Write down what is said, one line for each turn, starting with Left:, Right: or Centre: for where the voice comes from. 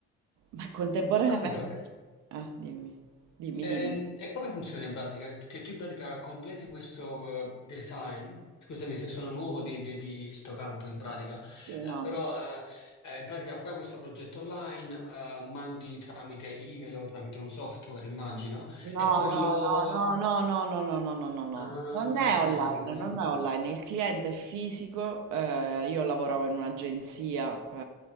Right: Ma contemporaneamente...
Left: Ho capito.
Right: <laughs> Ah, dimmi, dimmi,
Left: E,
Right: dimmi.
Left: e come funziona in pratica? Che tu in pratica completi questo eh, design, scusami se sono nuovo di, di, di sto campo in pratica,
Right: Sì, no.
Left: eh, però eh, eh, in pratica fai questo progetto online, eh, mandi tramite email o tramite un software immagino,
Right: No,
Left: e poi
Right: no,
Left: loro...
Right: no, no, no, no, no, no, no, no, no, no.
Left: Ah,
Right: Non è
Left: ok,
Right: online,
Left: ok,
Right: non è online, il cliente è fisico, eh, io lavoravo in un'agenzia, eh,